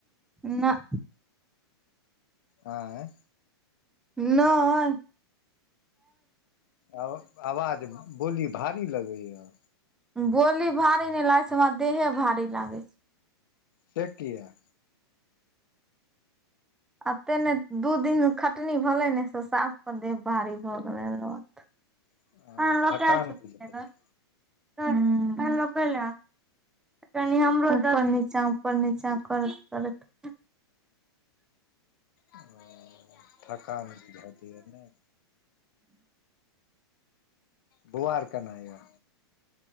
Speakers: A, in the centre; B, on the left (about 60°).
A: नऽ
B: एं
A: नय
B: आ आवाज बोली भारी लगयि
A: बोली भारी नय लागै छै हमरा देहे भारी लागै छै
B: से किया
A: अतेने दू दिन खटनी भेलै ने से साफकेँ देह भारी भऽ गेलै लोथ
B: ओ
A: पनि लऽ
B: थकान
A: के आयल छलै
B: बुझाइ दैये,
A: हूं पनि लो केँ अलय हन कनि हमरो द उपर नीचाँ उपर नीचाँ करति करति
B: ओऽ थकान बुझायत कि नय बौआ आर केना ये